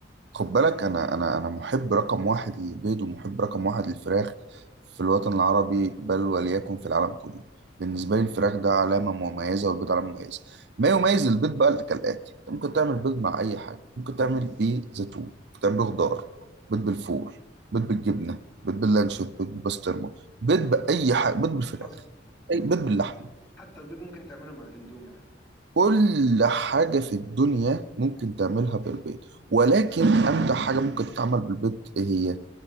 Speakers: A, on the right; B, on the left.
A: خد بالك انا انا انا محب رقم واحد للبيض ومحب رقم واحد للفراخ في الوطن العربي بل وليكن في العالم كله بالنسبه لي الفراخ ده علامه مميزه والبيض علامه مميزه ما يميز البيض بقى كالاتي انت ممكن تعمل بيض مع اي حاجه ممكن تعمل بيه زيتون ممكن تعمل بيه خضار بيض بالفول بيض بالجبنه بيض باللانشون بيض بالبسطرمه بيض باي حاجه بيض بالفراخ
B: حصل
A: أي بيض باللحمه
B: حتى البيض ممكن تعمله مع الاندومي عادي
A: كل حاجه في الدنيا ممكن تعملها بالبيض ولكن امتع حاجه ممكن تتعمل بالبيض ايه هي